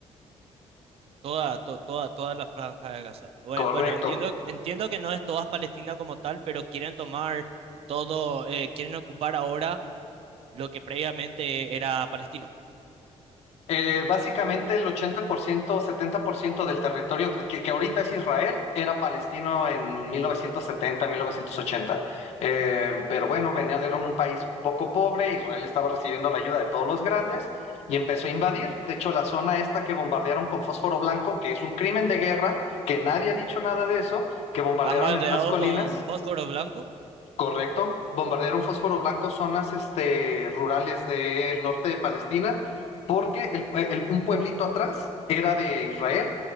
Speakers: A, on the right; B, on the left.
A: Toda, to- toda, toda la franja de Gaza. Bue-
B: Correcto.
A: Bueno, entiendo, entiendo que no es toda Palestina como tal, pero quieren tomar todo, eh, quieren ocupar ahora lo que previamente era palestino.
B: Eh, básicamente el ochenta por ciento, setenta por ciento del territorio que, que ahorita es Israel era palestino en 1970, 1980. Eh, pero bueno, venía, era un país poco pobre, Israel estaba recibiendo la ayuda de todos los grandes y empezó a invadir. De hecho, la zona esta que bombardearon con fósforo blanco, que es un crimen de guerra, que nadie ha dicho nada de eso, que bombardearon
A: han rodeado
B: en unas colinas,
A: con fósforo blanco.
B: Correcto. Bombardearon fósforo blanco zonas este, rurales del norte de Palestina, porque el- el- un pueblito atrás era de Israel,